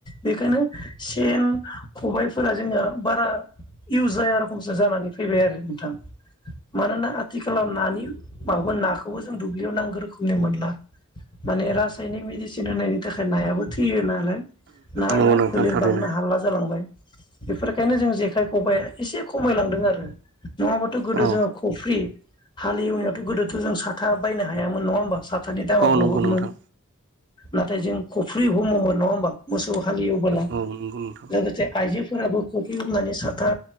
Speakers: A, on the left; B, on the right.
A: बेखायनो सेन खबायफोरा जोंनिया बारा इउस जाया रखमसो जानानै फैबाय आरो नोंथां मानोना आथिखालाव नानि माबा नाखौबो जों दुब्लियाव नांगौ रोखोमनि मोनला माने रासायनिक मेडिसिन होनायनि थाखाय नायाबो थैयो नालाय नाया
B: नंगौ नोंथां
A: फोलेर
B: थारैनो
A: बांनो हाला जालांबाय बेफोरखायनो जों जेखाइ खबाइआ एसे खमायलांदों आरो नंङाबाथ' गोदो
B: औ
A: जोंङो खफ्रि हालेवनायावथ' गोदोथ' जों साथा बायनो हायामोन नंङा होमबा साथानि दामा
B: औ
A: बुहुदमोन
B: नंगौ नोंथां
A: नाथाय जों खफ्रि हमोमोन नंङा होमबा मोसौ हालिवबोला
B: औ नंगौ नोंथां
A: लोगोसे आइजो फोराबो कफ्रि हमनानै साथा